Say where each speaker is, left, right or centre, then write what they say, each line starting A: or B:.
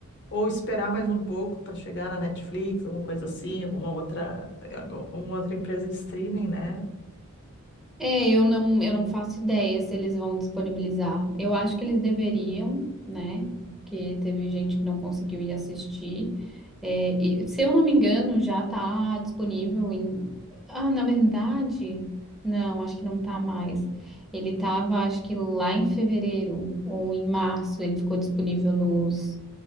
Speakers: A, on the left; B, in the centre.
A: Ou esperar mais um pouco para chegar na Netflix, alguma coisa assim, alguma outra, alguma outra empresa de streaming, né?
B: É, eu não, eu não faço ideia se eles vão disponibilizar. Eu acho que eles deveriam, né? Porque teve gente que não conseguiu ir assistir. É, e, se eu não me engano, já tá disponível em. Ah, na verdade, não, acho que não tá mais. Ele tava, acho que lá em fevereiro ou em março, ele ficou disponível nos,